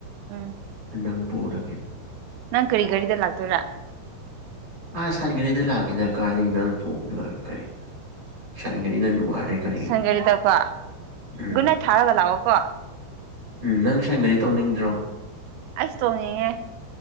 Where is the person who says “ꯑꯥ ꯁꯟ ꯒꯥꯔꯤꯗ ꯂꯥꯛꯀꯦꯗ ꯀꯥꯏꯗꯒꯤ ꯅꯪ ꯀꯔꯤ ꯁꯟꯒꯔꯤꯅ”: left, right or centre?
Right